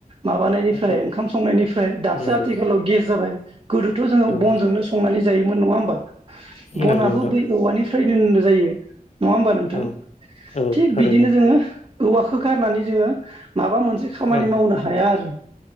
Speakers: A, on the right; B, on the left.
A: माबानायनिफ्राय
B: औ
A: ओंखाम संनायनिफ्राय दासो
B: नंगौ
A: आथिखालाव गेस जाबाय। गोदोथ' जोङो
B: औ
A: बनजोंनो संनानै जायोमोन नङा होमबा बनाबो
B: नंगौ नोंथां
A: बै औवानि <unintelligible> जायो। नङा होमबा नोंथां।
B: औ औ
A: थिग
B: थारैनो
A: बिदिनो जोङो औवाखौ गारनानै जोङो माबा मोनसे मोनसे खामानि
B: औ
A: मावनो हाया आरो।